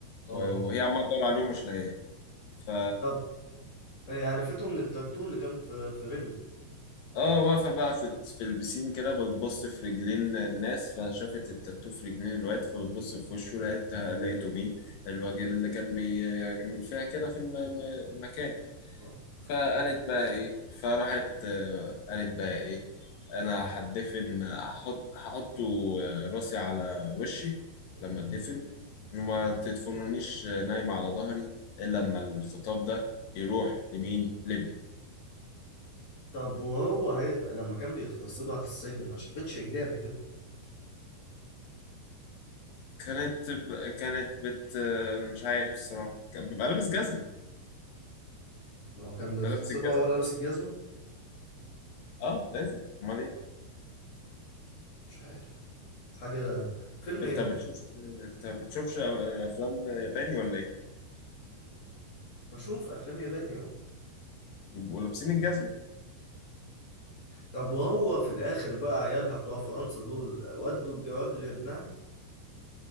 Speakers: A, on the left (about 40°); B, on the left (about 60°).
A: اه
B: و- وهي عمالة تدور عليه ومش لاقياه ف
A: طب هي عرفته من التاتو اللي كان في في رجله
B: اه واقفة بقى في في البسين كده بتبص في رجلين الناس فشافت التاتو في رجلين الواد فبتبص في وشه لقيت لقيته مين الراجل اللي كان بيعمل فيها كده في الم- المكان
A: اه
B: فقالت
A: طب-
B: بقى ايه فراحت آه، قالت بقى ايه انا هتدفن هحط هحط راسي على وشي
A: مم.
B: لما اتدفن وما تدفنونيش نايمة على ظهري الا لما الخطاب ده يروح لمين لابني
A: طب وهو هي... لما كان بيغتصبها في السجن ما شافتش رجليه قبل كده
B: كانت ب... كانت بت آه، مش عارف الصراحة كان بيبقى لابس جزمة
A: هو كان بيغتصبها
B: بيبقى لابس الجزمة
A: وهو لابس الجزمة
B: اه لازم امال ايه
A: مش عارف حاجة فيلم هندي
B: انت بتشوفش انت بتشوفش آه، افلام ياباني ولا ايه
A: بشوف أفلام ياباني أهو
B: بيبقوا لابسين الجزمة
A: طب وهو في الآخر بقى عيالها بتوع فرنسا دول ودوا الجواب لابنها